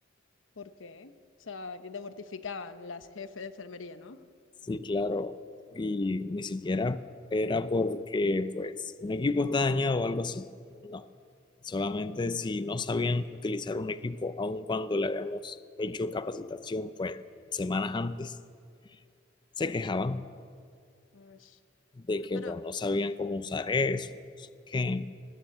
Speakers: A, on the left (about 85°); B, on the left (about 25°).
A: ¿Por qué? O sea, que te mortificaban las jefes de enfermería, ¿no?
B: Sí, claro. Y ni siquiera era porque, pues, un equipo está dañado o algo así. No. Solamente si no sabían utilizar un equipo, aun cuando le habíamos hecho capacitación, pues, semanas antes, se quejaban
A: Ush.
B: de
A: No,
B: que,
A: pero
B: pues, no sabían cómo usar eso, no sé qué.